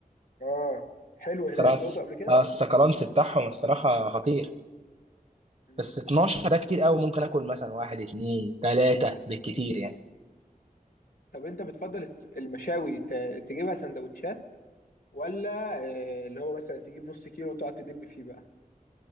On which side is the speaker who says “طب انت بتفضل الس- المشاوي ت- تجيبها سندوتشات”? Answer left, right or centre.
Left